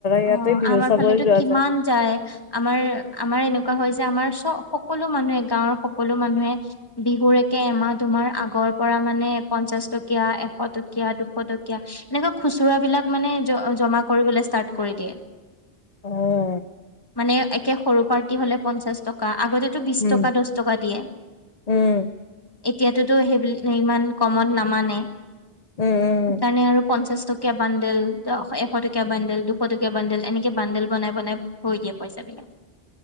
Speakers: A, on the left (about 40°); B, on the left (about 20°).
A: ইয়াতে
B: অ
A: বিহু
B: আমাৰ
A: চাবই
B: ফালেতো
A: যোৱা
B: কিমান যায় আমাৰ আমাৰ এনেকুৱা হয় যে আমাৰ চ সকলো মানুহে গাঁওৰ সকলো মানুহে বিহু একে এমাহ তোমাৰ আগৰ পৰা মানে পঞ্চাশ টকীয়া এশ টকীয়া দুশ টকীয়া এনেকুৱা খুচুৰা বিলাক মানে জমা কৰিবলে ষ্টাৰ্ট কৰি দিয়ে।
A: অহ
B: মানে একে সৰু পাৰ্টি হলে পঞ্চাশ টকা। আগতেতো বিশ
A: উম
B: টকা দহ টকা দিয়ে।
A: উম
B: এতিয়াতো তো সেইবিল ইমান কমত নামানে।
A: উম উম
B: সেইকাৰণে আৰু পঞ্চাশ টকীয়া বাণ্ডেল এশ টকীয়া বাণ্ডেল দুশ টকীয়া বান্দেল এনেকে বান্দেল বনাই বনাই হৈ দিয়ে পইচা বিলাক।